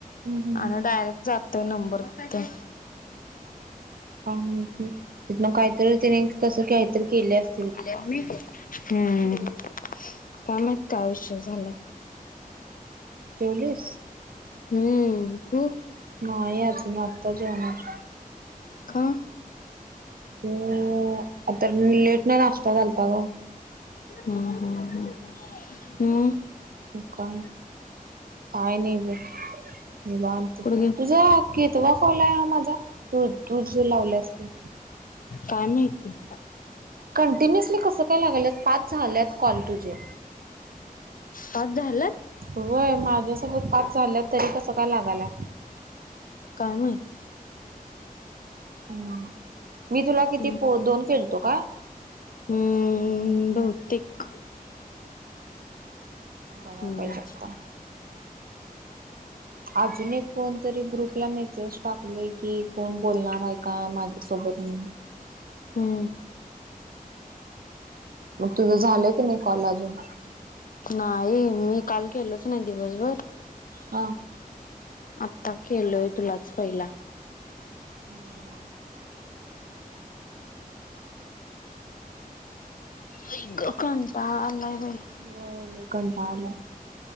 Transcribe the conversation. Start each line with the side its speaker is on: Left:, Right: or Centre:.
Right: हम्म, हम्म,
Left: आणि
Right: हम्म.
Left: डायरेक्ट जातोय नंबर ते.
Right: हा मग ते तिथंन काहीतरी त्यानी तस काहीतरी केले अस.
Left: <unintelligible> हम्म काय माहित काय विषय झालंय.
Right: जेवलीस.
Left: हम्म तू.
Right: नाही अजून आता जेवणार.
Left: अं
Right: अगं आता हि लेट न नाश्ता घालत्या ग.
Left: हम्म हम्म हम्म, हम्म.
Right: मग काय? काय नाई बघ निवांत. त
Left: कुठं गे
Right: तुझा कितवा कॉल हाय हा माझा? तू-तू जो लावल्यास तो.
Left: काय माहिती.
Right: कंटिन्युअसली कसं काय लागल्यात? पाच झाल्यात कॉल तुझे.
Left: पाच झाल्यात?
Right: व्हय माझ्यासोबत पाच झाल्यात, तरी कसं काय लागालाय?
Left: काय माहीती.
Right: हम्म, मी तुला किती
Left: हम्म.
Right: पो दोन केलतो का?
Left: हम्म बहुतेक
Right: बघाय
Left: हम्म.
Right: पाहिजे आता अजून एक कोणतरी ग्रुपला मेसेज टाकलय की, कोण बोलणार हाय का? माझ्या सोबत म्हणून.
Left: हम्म.
Right: मग तुझं झालं की नाही कॉल अजून?
Left: नाई मी काल केलोच नाही दिवसभर.
Right: हा
Left: आत्ता केलोय तुलाच पहिला.
Right: <unintelligible>
Left: आई ग, कंटाळ आलाय बाई.
Right: व्हय, लय कंटाळ आलाय.